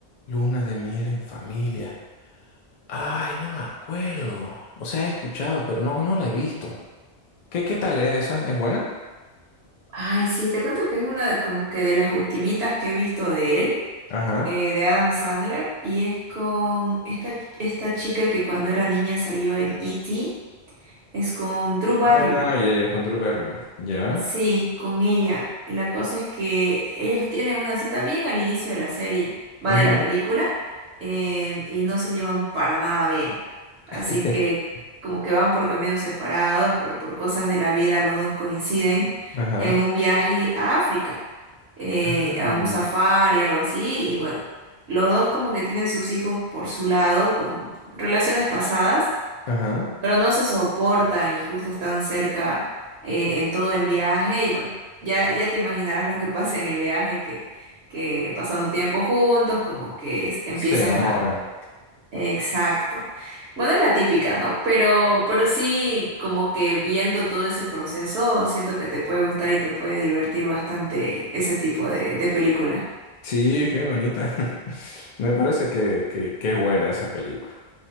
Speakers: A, on the left; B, on the right.
A: Luna de miel en familia. Ay, no me acuerdo. O sea, he escuchado, pero no, no la he visto. ¿Qué, qué tal es esa? ¿Es buena?
B: Ay, sí, te cuento que es una de- como que de las ultimitas que he visto de él,
A: Ajá.
B: eh, de Adam Sandler, y es con esta, esta chica que cuando era niña salió en E.T., es con Drew Barrymore.
A: Ah, ya, ya, con Drew Barrymore. Ya.
B: Sí, con ella. La cosa es que ellos tienen una cita bien al inicio de la serie, va
A: Ujú.
B: de la película, em, y no se llevan para nada bien.
A: <laughs>
B: Así que como que van por caminos separados, pero por cosas de la vida los dos coinciden
A: Ajá.
B: en un viaje a África, eh,
A: Ay.
B: a un safari, algo así, y bueno, los dos como que tienen sus hijos por su lado, con relaciones pasadas
A: Ajá.
B: pero no se soportan y justo están cerca eh, en todo el viaje y bueno, ya, ya te imaginarás lo que pasa en el viaje, que, que pasando tiempo juntos, como que es- empiezan
A: Se enamoran.
B: a... Exacto. Bueno, es la típica, ¿no? Pero, pero sí, como que viendo todo ese proceso, siento que te puede gustar y te puede divertir bastante ese tipo de, de película.
A: Sí, qué bonita. <laughs> Me parece que, que, que es buena esa película.